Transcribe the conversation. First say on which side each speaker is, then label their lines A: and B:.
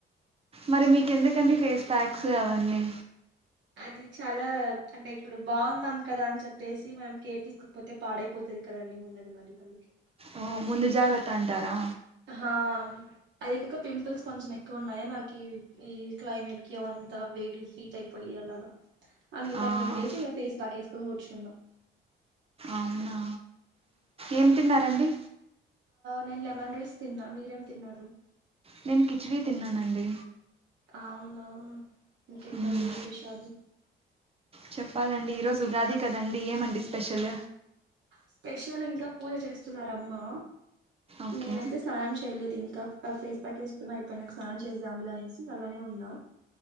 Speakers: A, on the right (about 30°); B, on the right (about 65°).
A: మరి మీకెందుకండి ఫేస్ ప్యాక్స్ అవన్నీ
B: ఇది చాల అంటే ఇప్పుడు బాగున్నాం కదా అని చెప్పేసి మనం కేర్ తీస్కోక్పోతే పాడైపోతది కదండి ఉన్నది మరి అందుకే
A: ఓ ముందు జాగ్రత్త అంటారా
B: హ అదికొక పింపుల్స్ కొంచెం ఎక్కువ్ ఉన్నాయి అని నాకి ఈ క్లైమేట్ కి అ అంత వేడి హీట్ అయిపోయి అలాగ అందుకని
A: ఆ,
B: జెప్పేసి ఇంగ ఫేస్ ప్యాక్ ఏస్కొన్ కూర్చున్న
A: అవ్నా ఏం తిన్నారండి
B: నేన్ లెమన్ రైస్ తిన్నా మీరేం తిన్నారు
A: నేన్ కిచ్డీ తిన్నానండి
B: అవ్నా ఇంకేంటండి
A: మ్మ్.
B: విశేషాలు
A: చెప్పాలండి ఈరోజ్ ఉగాది కదండి ఏమండి స్పెషల్
B: స్పెషల్ ఇంక పూజ చేస్తున్నారమ్మా
A: ఓకే
B: నేనైతే స్నానం చే చేయ్లేద్ ఇంకా ఫేస్ ప్యాక్ ఏస్కున్నా అయిపోయినాక్ స్నానం చేస్దాంలే అనేసి అలానే ఉన్నా